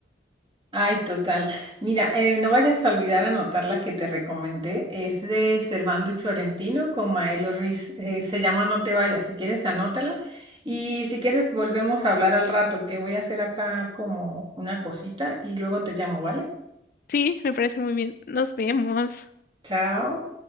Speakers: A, on the right; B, on the left.
A: Ay, total. Mira, eh, no vayas a olvidar anotar la que te recomendé. Es de Servando y Florentino con Maelo Ruiz. Eh, se llama No te vayas. Si quieres, anótala. Y si quieres, volvemos a hablar al rato, que voy a hacer acá como una cosita y luego te llamo, ¿vale?
B: Sí, me parece muy bien. Nos vemos.
A: Chao.